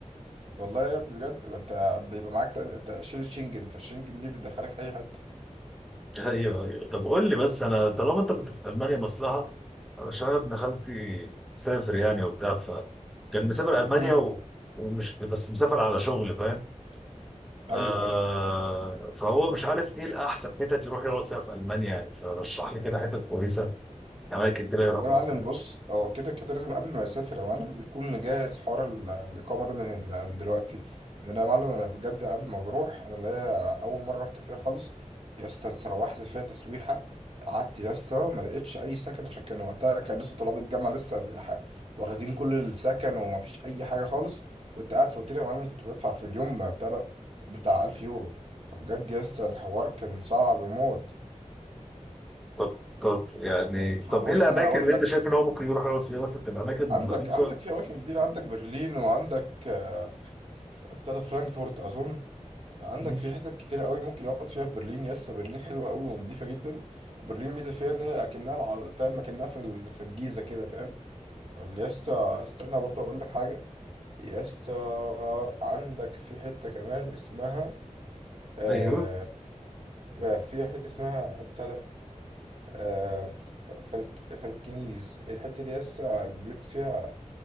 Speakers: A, on the right; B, in the centre.
A: والله يا ابني بجد ما انت بيبقى معاك تأشيرة شنجن فالشنجن دي بتدخلك اي حته
B: ايوه ايوه طب قول لي بس انا طالما انت كنت في المانيا مصلحة علشان أنا ابن خالتي مسافر يعني وبتاع فكان مسافر المانيا
A: مم.
B: و... ومش بس مسافر على شغل فاهم
A: ايوه
B: آه
A: ايوه
B: فهو مش عارف ايه الاحسن حتت يروح يقعد فيها في المانيا يعني فرشح لي كده حتت كويسه اماكن كده يروح
A: والله
B: يقعد
A: يا معلم
B: فيها
A: بص هو كده كده لازم قبل ما يسافر يا معلم بيكون مجهز حوار ال- الإقامة ده من هنا- من دلوقتي إن أنا يا معلم أنا بجد قبل ما بروح أنا اللي هي أول مرة رحت فيها خالص يا اسطى اتسوحت فيها تسويحة قعدت يا اسطى ما لقيتش أي سكن عشان كان وقتها كان لسه طلاب الجامعة لسه بيح- واخدين كل السكن وما فيش أي حاجة خالص كنت قاعد في أوتيل يا معلم كنت بدفع في اليوم بتاع ده- بتاع 1000 يورو فبجد يا اسطى الحوار كان صعب موت
B: طب طب يعني
A: فبص
B: طب ايه الاماكن
A: أنا أقول
B: اللي انت
A: لك
B: شايف ان هو ممكن يروح يقعد فيها مثلا تبقى اماكن
A: عندك
B: رخيصه
A: عندك في اماكن كتير عندك برلين وعندك آه، ابتدى فرانكفورت اظن عندك
B: مم.
A: في حتت كتيرة قوي ممكن يقعد فيها في برلين يس برلين حلوة قوي ونضيفة جدا وبرلين ميزة فيها ان هي اكنها الع- فاهم اكنها في ال- في الجيزة كده فاهم فاليستا استنى برضه اقول لك حاجة يستا عندك في حتة كمان اسمها آه
B: ايوه
A: آه، في حتة اسمها ابتدى آه ف- فالك فالكنيز الحتة دي يسا البيوت فيها